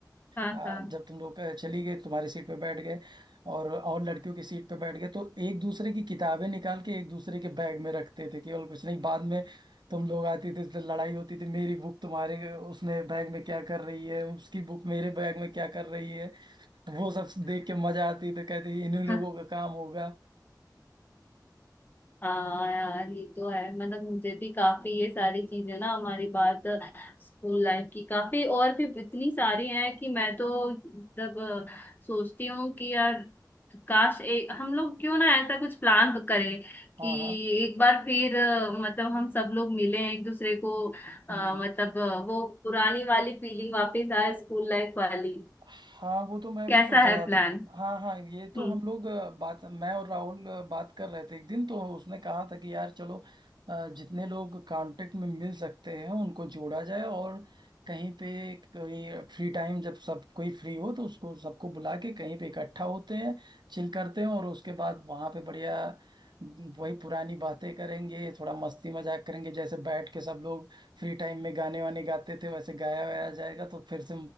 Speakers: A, on the left; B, on the right.
A: हाँ
B: हाँ जब तुम लोग अ, चली गई तुम्हारी सीट पे बैठ गए और और लड़कियों की सीट पे बैठ गए तो एक दूसरे की किताबें निकाल के एक दूसरे के बैग में रखते थे केवल कुछ नहीं बाद में तुम लोग आते थे तो लड़ाई होती थी मेरी बुक तुम्हारे उसमें बैग में क्या कर रही है उसकी बुक मेरे बैग में क्या कर रही है वो सब देख के मजा आती थी कहते थे, इन्हीं लोगों
A: हाँ <laughs>
B: का काम होगा
A: हाँ यार ये तो है मतलब मुझे भी काफी ये सारी चीजें ना हमारी बात स्कूल लाइफ की काफी और भी इतनी सारी हैं कि मैं तो मतलब अ, सोचती हूँ कि यार काश एक हम लोग क्यों ना ऐसा कुछ प्लान करें
B: हाँ
A: कि
B: हाँ
A: एक बार फिर अ, मतलब हम सब लोग मिलें एक दूसरे को अ,
B: हम्म
A: मतलब अ, वो पुरानी वाली फीलिंग वापस आए स्कूल लाइफ वाली
B: हाँ वो तो मैं
A: कैसा
B: भी सोच रहा
A: है प्लान
B: था हाँ हाँ ये तो
A: हम्म
B: हम लोग अ, बात मैं और राहुल अ, बात कर रहे थे एक दिन तो उसने कहा था कि यार चलो अ, जितने लोग कांटेक्ट में मिल सकते हैं उनको जोड़ा जाए और कहीं पे कोई फ्री टाइम जब सब कोई फ्री हो तो उसको सबको बुला के कहीं पे इकट्ठा होते हैं चिल करते हैं और उसके बाद वहाँ पे बढ़िया वही पुरानी बातें करेंगे थोड़ा मस्ती मजाक करेंगे जैसे बैठ के सब लोग फ्री टाइम में गाने वाने गाते थे वैसे गाया वाया जाएगा तो फिर से